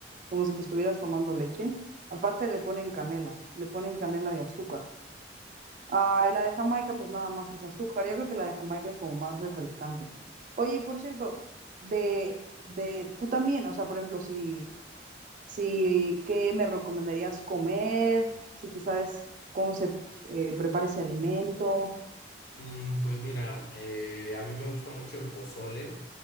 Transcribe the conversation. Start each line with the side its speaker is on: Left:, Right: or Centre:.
Right: como si te estuvieras tomando leche. Aparte le ponen canela, le ponen canela y azúcar. Ah, y la de Jamaica pues nada más es azúcar. Yo creo que la de Jamaica es como más refrescante. Oye, y por cierto, de, de, tú también, o sea, por ejemplo, si, si, ¿qué me recomendarías comer? Si te sabes cómo se eh, prepara ese alimento.
Left: Mm, pues mira, eh, a mí me gusta mucho el pozole.